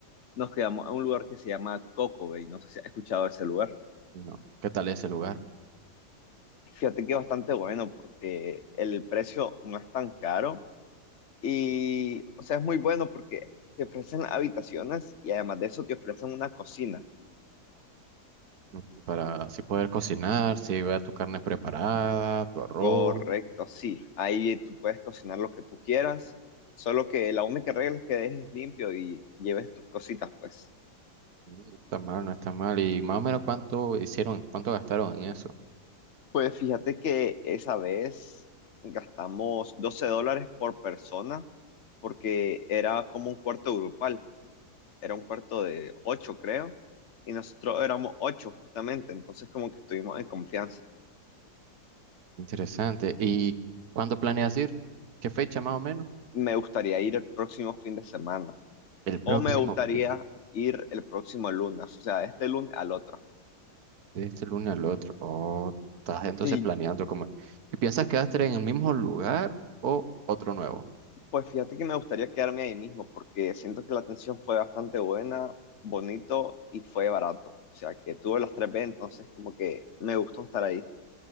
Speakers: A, on the left (about 50°); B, on the right (about 70°).
A: Nos quedamos a un lugar que se llama Coco Bay, no sé si has escuchado de ese lugar.
B: no, qué tal es ese lugar,
A: Fíjate que es bastante bueno porque el precio no es tan caro y, o sea, es muy bueno porque te ofrecen habitaciones y además de eso te ofrecen una cocina.
B: Mm, para así poder cocinar, si va tu carne preparada, tu arroz,
A: Correcto, sí. Ahí tú puedes cocinar lo que tú quieras, solo que la única regla es que dejes limpio y lleves tus cositas, pues.
B: Mm, no está mal, no está mal, y más o menos cuánto hicieron, cuánto gastaron en eso.
A: Pues fíjate que esa vez gastamos 12 dólares por persona porque era como un cuarto grupal, era un cuarto de 8, creo, y nosotros éramos 8 justamente, entonces como que estuvimos en confianza.
B: Interesante. ¿Y cuándo planeas ir? ¿Qué fecha más o menos?
A: Me gustaría ir el próximo fin de semana
B: El próximo
A: o me gustaría
B: fin de
A: ir el próximo lunes, o sea, este lunes al otro.
B: De este lunes al otro. Oh, estás entonces
A: Sí,
B: planeando como... ¿Y piensas quedarte en el mismo lugar o otro nuevo?
A: Pues fíjate que me gustaría quedarme ahí mismo porque siento que la atención fue bastante buena, bonito y fue barato. O sea, que tuve las tres B, entonces como que me gustó estar ahí.